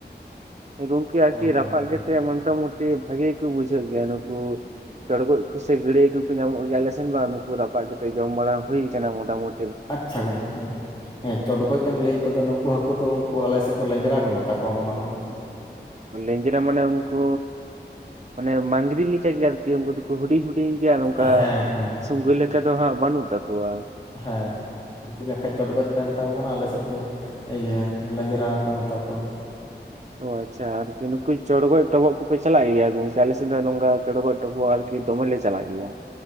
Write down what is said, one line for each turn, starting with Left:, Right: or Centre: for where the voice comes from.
Right: ᱦᱮᱸ ᱜᱚᱢᱠᱮ ᱟᱨᱠᱤ
Left: ᱱᱚᱜᱼᱚ ᱱᱚᱝᱠᱟ
Right: ᱨᱟᱯᱟᱜ
Left: ᱜᱚᱝᱠᱮ
Right: ᱠᱟᱛᱮᱜ ᱢᱚᱴᱟᱢᱩᱴᱤ ᱵᱷᱟᱜᱮ ᱜᱮ ᱠᱚ ᱵᱩᱡᱷᱟᱹᱜ ᱜᱮᱭᱟ ᱱᱩᱠᱩ ᱪᱚᱲᱜᱚᱡ ᱠᱩ, ᱥᱮ ᱜᱟᱹᱲᱟᱹᱭ ᱠᱚᱠᱚ ᱧᱟᱢᱚᱜ ᱜᱮᱭᱟ ᱟᱞᱮ ᱥᱮᱱ ᱵᱟᱝ ᱱᱩᱠᱩ ᱨᱟᱯᱟᱜ ᱠᱟᱛᱮ ᱡᱚᱢ ᱵᱟᱲᱟ ᱦᱩᱭ ᱠᱟᱱᱟ ᱢᱚᱴᱟᱢᱚᱴ᱾
Left: ᱟᱪᱪᱷᱟ ᱜᱚᱝᱠᱮ, ᱦᱮᱸ ᱪᱚᱰᱜᱚᱡ ᱮᱢ ᱞᱟᱹᱭᱮᱫ ᱠᱚᱫᱚ ᱱᱩᱠᱩ ᱦᱟᱹᱠᱩ ᱫᱚ ᱩᱱᱠᱩ ᱟᱞᱮᱥᱮᱫ ᱫᱚ ᱞᱮᱸᱡᱽᱨᱟ ᱠᱚ ᱢᱮᱛᱟ ᱠᱚᱣᱟ ᱢᱚᱱᱮ ᱦᱳᱭ᱾
Right: ᱞᱮᱸᱡᱽᱨᱟ ᱢᱟᱱᱮ ᱩᱱᱠᱩ‌ ᱢᱟᱱᱮ ᱢᱟᱹᱝᱜᱨᱤ ᱞᱮᱠᱟ ᱜᱮ ᱟᱨᱠᱤ ᱩᱱᱠᱩ ᱦᱩᱰᱤᱧ ᱦᱩᱰᱤᱧ ᱜᱮᱭᱟ ᱟᱨ ᱱᱚᱝᱠᱟ
Left: ᱦᱮᱸ ᱦᱮᱸ
Right: ᱥᱩᱜᱟᱹ ᱞᱮᱠᱟ ᱫᱚ ᱦᱟᱸᱜ ᱵᱟᱹᱱᱩᱜ ᱛᱟᱠᱚᱣᱟ᱾
Left: ᱦᱮᱸ, ᱩᱱᱠᱩ ᱜᱮ ᱦᱟᱜ ᱠᱷᱟᱡ ᱪᱚᱰᱜᱚᱡ ᱯᱮ ᱢᱮᱛᱟ ᱠᱚ ᱠᱟᱱᱟ ᱟᱞᱮᱥᱮᱫ ᱫᱚ ᱤᱭᱟᱹ ᱞᱮᱸᱡᱽᱨᱟ ᱠᱚ ᱢᱮᱛᱟ ᱠᱚᱣᱟ᱾
Right: ᱚ ᱟᱪᱪᱷᱟ ᱟᱨᱠᱤ ᱱᱩᱠᱩ ᱪᱚᱲᱜᱚᱡ ᱴᱚᱵᱚᱜ ᱠᱚᱯᱮ ᱪᱟᱞᱟᱜ ᱜᱮᱭᱟ ᱜᱚᱝᱠᱮ ᱟᱞᱮᱥᱮᱫ ᱫᱚ ᱱᱚᱝᱠᱟ ᱪᱚᱲᱜᱚᱡ ᱴᱚᱵᱚᱜ ᱟᱨᱠᱤ ᱫᱚᱢᱮᱞᱮ ᱞᱮ ᱪᱟᱞᱟᱜ ᱜᱮᱭᱟ᱾